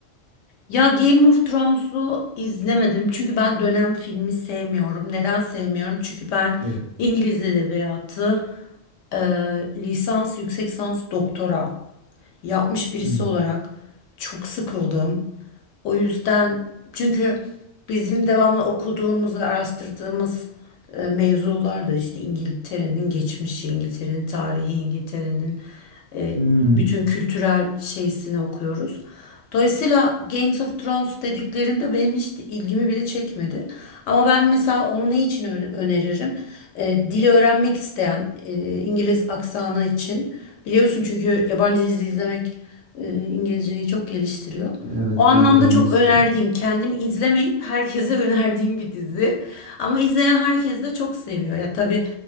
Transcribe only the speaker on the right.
Evet.
Hmm.
Hmm.
Evet
ben de öğrenmek
istiyorum.